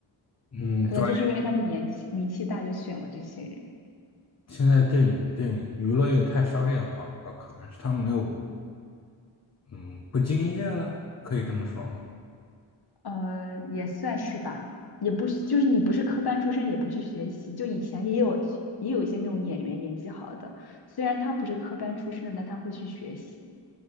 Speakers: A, on the left; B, on the left.
A: 嗯，
B: 可能就是因为他们年纪名气大，
A: 专
B: 就选了这些人。
A: 业，现在电影电影娱乐业太商业化了吧？可能是他们没有，嗯，不敬业了，可以这么说吗？
B: 呃，也算是吧，也不是就是你不是科班出身，也不去学习，就以前也有也有一些那种演员演技好的，虽然他不是科班出身的但他会去学习，